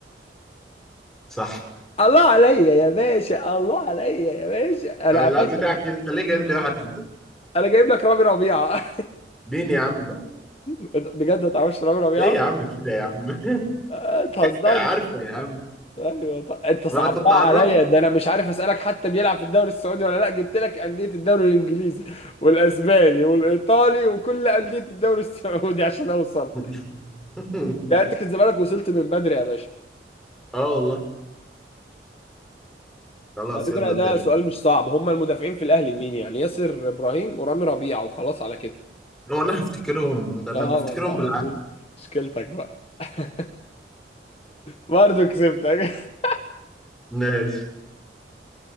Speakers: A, in the centre; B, on the left.
A: صح
B: الله عليا يا باشا الله عليا يا باشا انا
A: طب اللاعب
B: يا باشا
A: بتاعك انت ليه جايب لي واحد
B: انا جايب لك رامي ربيعه
A: مين يا عم
B: <laughs> بجد ما تعرفش رامي ربيعه
A: ليه يا عم كده يا عم <laughs>
B: آه، اتهزرت
A: عارفه يا عم
B: ايوه ط- انت صعبتها
A: ما انا كنت قربت
B: عليا ده انا مش عارف اسالك حتى بيلعب في الدوري السعودي ولا لا جبت لك انديه الدوري الانجليزي والاسباني والايطالي وكل انديه الدوري السعودي عشان اوصل
A: <laughs>
B: لا انت كنت زمانك وصلت من بدري يا باشا
A: اه والله خلاص
B: على فكره
A: يلا
B: ده
A: تاني
B: سؤال مش صعب هم المدافعين في الاهلي مين يعني ياسر ابراهيم ورامي ربيعه وخلاص على كده
A: هو انا هفتكرهم انا
B: اه
A: بفتكرهم
B: ما انت
A: بالعافيه
B: مشكلتك بقى <laughs> برضه كسبتك <laughs>
A: ماشي